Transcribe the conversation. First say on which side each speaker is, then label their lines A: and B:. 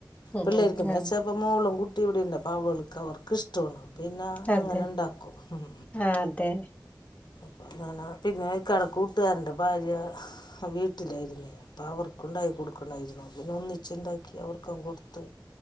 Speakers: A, on the left; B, on the left.
A: ഉം
B: പിള്ളേര്ക്ക്ന്ന്
A: ഉം ആഹ്
B: വച്ച ഇപ്പം മോളും കുട്ടി ഇവിടെണ്ട് അപ്പ അവൾക്ക് അവർക്ക് ഇഷ്ടോണ് പിന്നെ
A: അതെ
B: അങ്ങനെ ഇണ്ടാക്കും ഉം
A: ആഹ് അതെ
B: അപ്പ അങ്ങന പിന്നെ ഇക്കാടെ കൂട്ടാരന്റെ ഭാര്യ വീട്ടിലായിരുന്നേ അപ്പം അവർക്കുണ്ടായി കൊടുക്കണേ ര്ന്നു പിന്നെ ഒന്നിച്ച്ണ്ടാക്കി അവർക്കും കൊടുത്തു